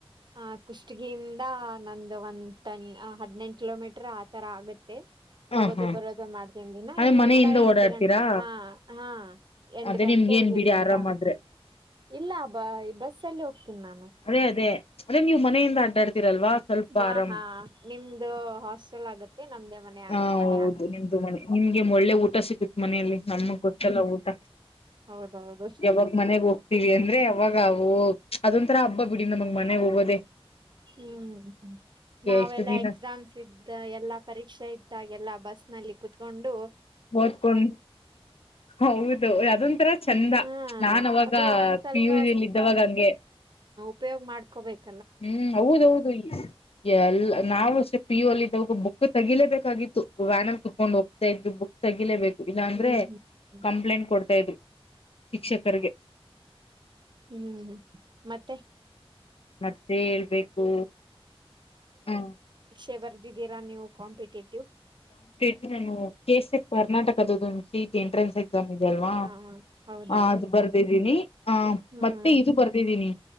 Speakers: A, on the right; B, on the left.
A: ಆ ಕುಷ್ಟಗಿ <unintelligible> ನಂದು್ದ ಒಂದು್ ಹದಿನೆಂಟು ಕಿಲೋಮೀಟರ್ ಆತರ ಆಗುತ್ತೆ <unintelligible>
B: ಹ
A: ಹೋಗೋದು
B: ಹಾ
A: ಬರೋದು ಮಾಡ್ತೀನ್ ದಿನಾ
B: ಅದೇ
A: ಇಲ್ಲಿಂದ
B: ಮನೆಯಿಂದ
A: ಎಂಟು
B: ಓಡಾಡ್ತೀರಾ
A: ಗಂಟೆ ಹಾ ಹಾ <unintelligible> ಎಂಟ
B: ಅದೇ
A: ಗಂಟೆ
B: ನಿಮ್ಗ ಏನ್ ಬಿಡಿ
A: ಇಲ್ಲಿಂದ
B: ಆರಾಮ್ ಆದ್ರೆ
A: ಇಲ್ಲ ಬ ಈ ಬಸಲ್ಲಿ ಹೋಗ್ತೀನಿ ನಾನು <unintelligible>
B: ಅದೇ ಅದೇ ಅದೆ ನೀವು ಮನೆಯಿಂದ ಅಡ್ಡಾಡ್ತಿರಲ್ವಾ <unintelligible>
A: ಹಾ
B: ಆರಾಮ್
A: ಹಾ <unintelligible> ನಿಮ್ದು ಹಾಸ್ಟೆಲ್ ಆಗುತ್ತೆ <unintelligible> ಮನೆ ಆಗ್
B: ಹಾ
A: ಮನೆ
B: ಹೌದು ನಿಮ್ದು ಮನೆ ನಿಮ್ಗೆ ಒಳ್ಳೆ ಊಟ ಸಿಗತ್ ಮನೆಯಲ್ಲಿ ನಮಗ್ ಗೊತ್ತಲ್ಲ ಊಟ
A: ಹೌದೌದು
B: ಯಾವಾಗ ಮನೆಗ್ ಹೋಗ <unintelligible> ವಿ ಅಂದ್ರೆ ಅವಾಗ ವು ಅದೊಂ ತರಾ ಹಬ್ಬ ಬಿಡಿ ನಮಗ್ ಮನೆಗ್ ಹೋಗೋದೆೇ <unintelligible>
A: ಹ್ಮ್ ಹ್ಮ್ ನಾವೆಲ್ಲಾ
B: ಎಷ್ಟು ದಿನ
A: ಎಕ್ಸಾಮ್ಸ್ ಇದ್ದ ಎಲ್ಲಾ ಪರೀಕ್ಷೆ ಕತ್ತಾಗೆಲ್ಲ ಬಸ್ ನಲ್ಲಿ ಕೂತ್ಕೊಂಡು
B: ಓದಕೊಂಡ್ ಹೌದು ಅದೊಂತರ ಚಂದ
A: ಹ್ಮ್
B: ನಾನ್ ಅವಾಗ
A: ಅದು ಒಂದ್ ಸ್ವಲ್ಪ
B: ಪಿ ಯು ಅಲ್ಲಿ ಇದ್ದವಾಗ ಹಂಗೆ
A: ಉಪಯೋಗ್ ಮಾಡ್ಕೋಬೇಕು
B: ಹ್ಮ್ ಹೌದೌದು ಈ ಎಲ್ಲ ನಾವು ಅಷ್ಟೆ ಪಿ ಯು ಅಲ್ಲಿ ಇದಾವ ಬುಕ್ ತೆಗಿಲೇಬೇಕಾಗಿತ್ತು. ವ್ಯಾನಲ್ ಕುೂತ್ಕೊಂಡು ಹೋಗ್ತಾ ಇದ್ರು ಬುಕ್ ತಗಿಲೇಬೇಕು ಇಲ್ಲಾಂದ್ರೆ
A: ಹ್ಮ್ ಹ್ಮ್
B: ಕಂಪ್ಲೇಂಟ್ ಕೊಡ್ತಾ ಇದ್ವಿ ಶಿಕ್ಷಕರಗೆ.
A: ಹ್ಮ್ ಮತ್ತೆ.
B: ಮತ್ತೆ ಹೇಳ್ಬೇಕು. ಹ
A: ಏ ಬರ್ದಿದಿ. ಅಕ್ಕ ನೀವು ಕಾಂಪಿಟೇಟಿವ್.
B: ಅಕ್ಕ ನೀವು ಕೆಸೆಟ್ ಕರ್ನಾಟಕದ ಒಂದ ಸೀಟ್ ಎಂಟ್ರೆನ್ಸ್ ಎಕ್ಸ್ಮ್. ಎಕ್ಸಾಮ್ ಇದೆ ಅಲ್ವಾ
A: ಹಾ ಹಾ ಹೌದಾ
B: ಹ ಅದು ಬರ್ದಿದ್ದೀನಿ ಆ
A: ಹ್ಮ್
B: ಮತ್ತೆ ಇದು ಬರ್ದಿದ್ದೀನಿ.